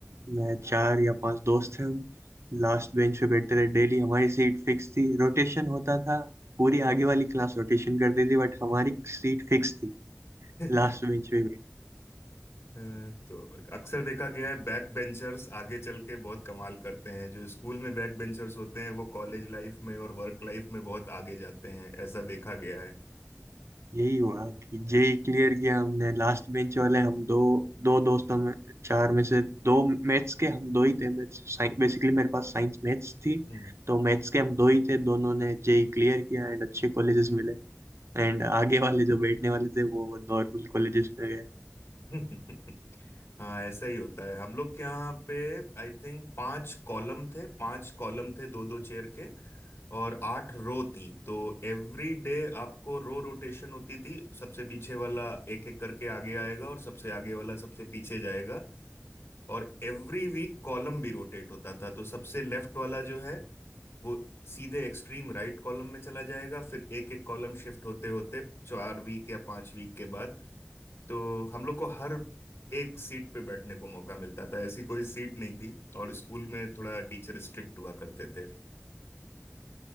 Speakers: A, on the right (about 75°); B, on the left (about 60°).
A: में चार या पांच दोस्त थे हम लास्ट बेंच पे बैठते थे डेली हमारी सीट फिक्स थी रोटेशन होता था पूरी आगे वाली क्लास रोटेशन करती थी बट हमारी सीट फिक्स थी
B: <laughs>
A: लास्ट बेंच पे बैठ
B: तो अक्सर देखा गया है बैक बेंचर्स आगे चल के बहुत कमाल करते हैं जो स्कूल में बैक बेंचर्स होते हैं वो कॉलेज लाइफ में और वर्क लाइफ में बहुत आगे जाते हैं ऐसा देखा गया है
A: यही हुआ कि जेई क्लियर किया हमने लास्ट बेंच वाले हम दो दो दोस्तों में चार में से दो मैथ्स के हम दो ही थे मैथ्स बेसिकली मेरे पास साइंस मैथ्स थी
B: हम्म
A: तो मैथ्स के हम दो ही थे दोनों ने जेई क्लियर किया एंड अच्छे कॉलेजेस मिले एंड आगे वाले जो बैठने वाले थे वो नॉर्मल कॉलेजेस में गए
B: हम्म <laughs> हाँ ऐसा ही होता है हम लोग के यहाँ पे आई थिंक पांच कॉलम थे पांच कॉलम थे दो दो चेयर के और आठ रो थी तो एवरी डे आपको रो रोटेशन होती थी सबसे पीछे वाला एक एक करके आगे आएगा और सबसे आगे वाला सबसे पीछे जाएगा और एवरी वीक कॉलम भी रोटेट होता था तो सबसे लेफ्ट वाला जो है वो सीधे एक्सट्रीम राइट कॉलम में चला जाएगा फिर एक एक कॉलम शिफ्ट होते होते चार वीक या पांच वीक के बाद तो हम लोग को हर एक सीट पे बैठने को मौका मिलता था ऐसी कोई सीट नहीं थी और स्कूल में थोड़ा टीचर स्ट्रिक्ट हुआ करते थे